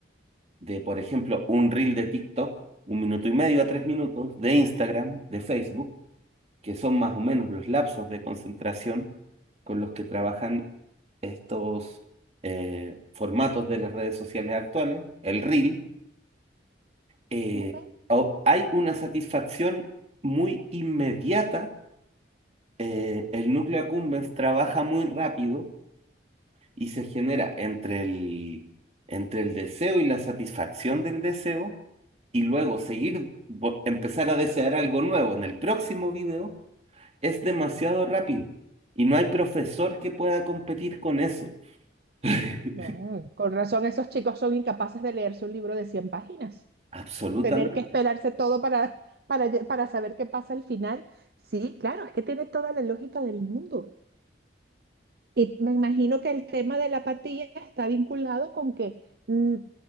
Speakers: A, on the right; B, on the right.
A: de, por ejemplo, un reel de TikTok, un minuto y medio a tres minutos, de Instagram, de Facebook, que son más o menos los lapsos de concentración con los que trabajan estos eh, formatos de las redes sociales actuales, el reel, eh,
B: Ujú.
A: au- hay una satisfacción muy inmediata, eh, el núcleo accumbens trabaja muy rápido y se genera entre el, entre el deseo y la satisfacción del deseo y luego seguir, vo- empezar a desear algo nuevo en el próximo video es demasiado rápido y no hay profesor que pueda competir con eso. <laughs>
B: Ah, con razón, esos chicos son incapaces de leerse un libro de 100 páginas.
A: Absolutamente.
B: Tener que esperarse todo para, para, lle- para saber qué pasa al final. Sí, claro, es que tiene toda la lógica del mundo. Y me imagino que el tema de la apatía está vinculado con que mm,